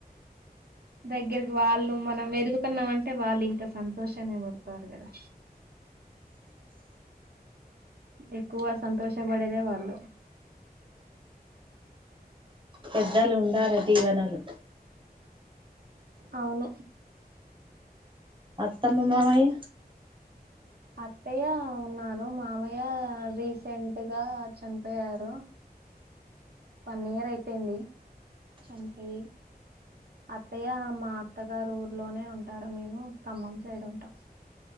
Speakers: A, on the right; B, on the right.
A: దగ్గరికి వాళ్ళు మనం ఎదుగుతున్నాం అంటే వాళ్ళు ఇంకా సంతోషన్ని పడతారు కదా ఎక్కువ సంతోష పడేదే వాళ్ళు
B: పెద్దలు ఉండారా దీవెనలు
A: అవును
B: అత్తమ్మ మామయ
A: అత్తయ్య ఉన్నారు మామయ్య రీసెంట్గా చనిపోయారు వన్ ఇయర్ అయిపోయింది చనిపోయి అత్తయ్య మా అత్తగారు ఊర్లోనే ఉంటారు మేము ఖమ్మం సైడ్ ఉంటాం